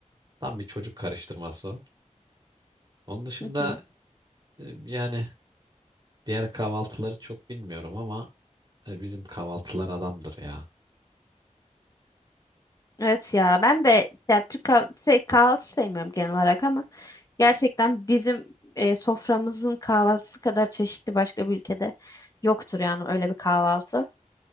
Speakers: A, on the right; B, on the left.
A: Tam bir çocuk karıştırması o. Onun dışında
B: Hı hı.
A: e, yani diğer kahvaltıları çok bilmiyorum ama e, bizim kahvaltılar adamdır ya.
B: Evet ya ben de ya Türk kah- şey, kahvaltı sevmiyorum genel olarak ama gerçekten bizim e, soframızın kahvaltısı kadar çeşitli başka bir ülkede yoktur yani öyle bir kahvaltı.